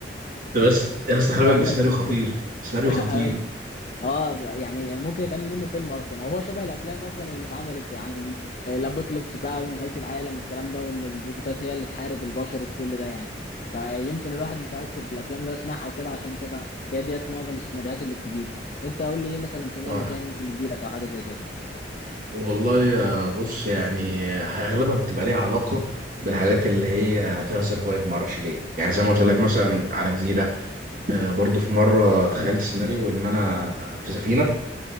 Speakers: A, on the right; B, on the left.
A: طب بس يا اسطى خلي
B: وامشي
A: بالك ده سيناريو خطير
B: الدنيا
A: سيناريو
B: <laughs>
A: خطير
B: بس اه يعني ممكن يتعمل منه فيلم اصلا او هو شبه الافلام اصلا اللي اتعملت عن الابوكاليبس بقى ونهايه العالم والكلام ده وان الروبوتات هي اللي تحارب البشر وكل ده يعني فيمكن الواحد متاثر بالافلام اللي هو سمعها وكده عشان كده هي ديت معظم السيناريوهات اللي بتجيله انت قول لي ايه مثلا سيناريو
A: صح
B: تاني ممكن يجي لك او حاجه زي كده
A: والله يا بص يعني اغلبها بتبقى ليها علاقه بالحاجات اللي هي فيها سرفايف ما اعرفش ليه يعني زي ما قلت لك مثلا على جزيره آه، برضو في مره تخيلت سيناريو ان انا آه، في سفينه